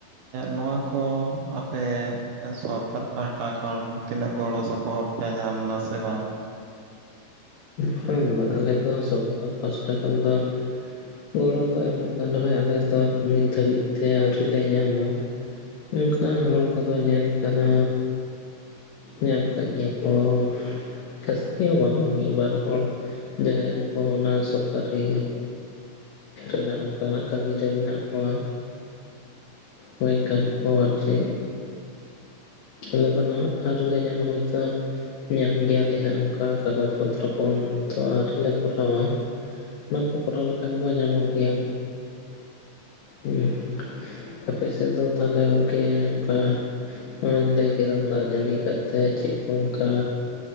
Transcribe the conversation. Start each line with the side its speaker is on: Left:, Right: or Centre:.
Right: ᱱᱚᱣᱟ ᱠᱚ ᱟᱯᱮ ᱥᱚᱨᱠᱟᱨ ᱯᱟᱦᱟᱴᱟ ᱠᱷᱚᱱ ᱛᱤᱱᱟᱹᱜ ᱜᱚᱲᱚ ᱥᱚᱯᱚᱦᱚᱫ ᱯᱮ ᱧᱟᱢ ᱫᱟ ᱥᱮ ᱵᱟᱝ?
Left: ᱵᱟᱝ ᱵᱟᱝ ᱟᱞᱮ ᱫᱚ ᱥᱚᱨᱠᱟᱨ ᱯᱟᱥᱴᱟ ᱠᱷᱚᱱ ᱫᱚ ᱜᱚᱲᱚ ᱫᱚ ᱮᱢᱚᱜ ᱠᱟᱱ ᱨᱮᱦᱚᱸᱭ ᱚᱱᱮ ᱛᱚ ᱱᱤᱛ ᱫᱷᱟᱹᱵᱤᱡ ᱛᱮ ᱟᱹᱣᱨᱤ ᱞᱮ ᱧᱟᱢᱟ, ᱚᱱᱠᱟ ᱦᱚᱲ ᱠᱚᱫᱚ ᱧᱮᱞ ᱠᱟᱱᱟ ᱧᱟᱢ ᱠᱟᱜ ᱜᱮᱭᱟ ᱯᱮ ᱵᱟᱝ ᱛᱮ ᱦᱚ ᱵᱟᱝ ᱵᱟᱝ ᱢᱤᱫ ᱵᱟᱨ ᱦᱚᱲ ᱡᱟᱦᱟᱸᱭ ᱩᱱᱠᱩ ᱚᱱᱟ ᱥᱚᱨᱠᱟᱨᱤ ᱚᱱᱮ ᱚᱱᱠᱟᱱᱟᱜ ᱠᱟᱹᱢᱤ ᱨᱮ ᱢᱮᱱᱟᱜ ᱠᱚᱣᱟ, ᱦᱳᱭ ᱤᱱᱠᱟ. ᱱ ᱠᱚ ᱟᱨ ᱪᱮ, ᱟᱞᱮ ᱫᱚ ᱱᱟᱦᱟᱜ ᱟᱹᱣᱨᱤ ᱞᱮ ᱧᱟᱢᱟ ᱦᱚᱭᱛᱳ, ᱧᱟᱢ ᱜᱮᱭᱟᱞᱮ ᱦᱟᱸᱜ ᱚᱝᱠᱟ ᱠᱟᱜᱚᱡᱽ ᱯᱚᱛᱨᱚ ᱠᱚ ᱛᱚ ᱟᱹᱣᱨᱤ ᱞᱮ ᱠᱚᱨᱟᱣᱼᱟ᱾ ᱚᱱᱟ ᱠᱚ ᱠᱚᱨᱟᱣ ᱞᱮᱠᱷᱟᱱ ᱫᱚ ᱧᱟᱢᱚᱜ ᱜᱮᱭᱟᱢ ᱦᱩᱸ ᱟᱯᱮ ᱥᱮᱫ ᱫᱚ ᱛᱟᱦᱚᱞᱮ ᱜᱚᱢᱠᱮ ᱚᱱᱠᱟ ᱱᱚᱜ-ᱚᱭ ᱞᱟᱹᱭ ᱠᱮᱫᱟᱢ ᱫᱟᱜ ᱡᱟᱹᱲᱤ ᱠᱟᱛᱮ ᱪᱮᱫ ᱠᱚ ᱚᱱᱠᱟ